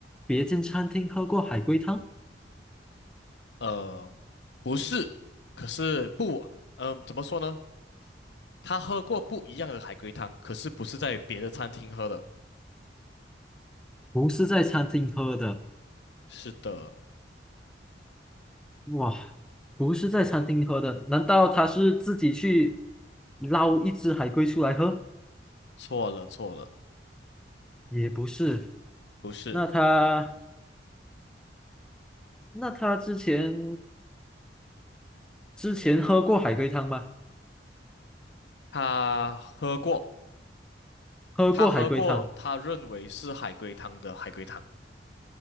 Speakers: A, in the centre; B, on the left (about 70°).
A: 别间餐厅喝过海龟汤？
B: 呃，不是，可是不，嗯、怎么说呢？他喝过不一样的海龟汤，可是不是在别的餐厅喝的。
A: 不是在餐厅喝的，
B: 是的，
A: 哇，不是在餐厅喝的，难道他是自己去捞一只海龟出来喝？
B: 错了，错了，
A: 也不是，
B: 不是，
A: 那他那他之前之前喝过海龟汤吗？
B: 他喝过，
A: 喝过海龟汤
B: 他喝过，他认为是海龟汤的海龟汤。